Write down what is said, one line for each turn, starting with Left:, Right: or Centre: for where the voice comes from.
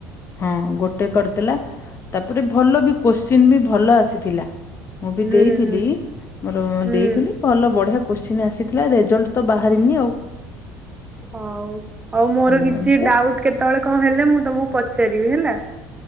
Left: ହଁ ଗୋଟେ କରିଦେଲା ତାପରେ ଭଲ ବି କୋଶ୍ଚିନ୍ ବି ଭଲ ଆସିଥିଲା। ମୁଁ ବି
Right: ହୁଁ
Left: ଦେଇଥିଲି
Right: ହୁଁ
Left: ମୋର
Right: ହୁଁ
Left: ଦେଇଥିଲି ଭଲ ବଢ୍ୟା କୋଶ୍ଚିନ୍ ଆସିଥିଲା ରେଜଲ୍ଟ ତ ବାହାରିନି ଆଉ।
Right: ହୋଉ ହୋଉ ମୋର
Left: ହୁଁ
Right: କିଛି
Left: ଏମିତି
Right: ଡାଉଟ୍ କେତେବେଳେ କଁ ହେଲେ ମୁଁ ତମକୁ ପଚାରିବି ହେଲା।